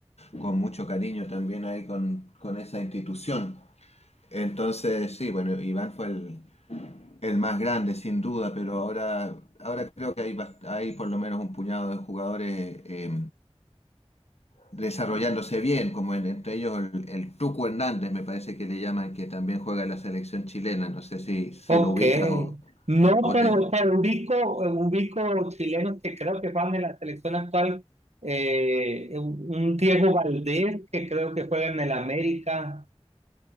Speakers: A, on the left; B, on the right.
A: con mucho cariño también ahí con, con esa institución. Entonces, sí, bueno, Iván fue el, el más grande sin duda, pero ahora, ahora creo que hay, bast- hay por lo menos un puñado de jugadores eh, desarrollándose bien, como en- entre ellos el, el Tuco Hernández, me parece que le llaman, que también juega en la selección chilena. No sé si, si
B: Ok,
A: lo ubicas o,
B: no,
A: o
B: pero,
A: te...
B: pero ubico, ubico chilenos que creo que juegan en la selección actual. eh, un un Diego Valdés que creo que juega en el América.